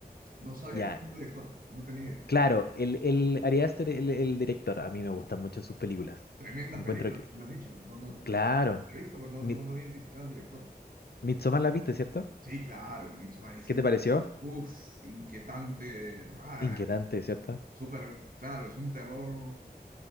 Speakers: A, on the right; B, on the left.
A: No sabía
B: ya.
A: que era un director, no tenía idea.
B: Claro, el, el Ari Aster, el, el director, a mí me gustan mucho sus películas.
A: Tremendas
B: Encuentro
A: películas,
B: que
A: que me has dicho. No, no,
B: Claro.
A: la, la he visto, pero no,
B: Mi
A: no, no identificaba al director.
B: Midsommar la viste, ¿cierto?
A: Sí, claro, Midsommar es
B: ¿Qué
A: in-
B: te pareció?
A: uf, inquietante, rara,
B: Inquietante, ¿cierto?
A: súper, claro, es un terror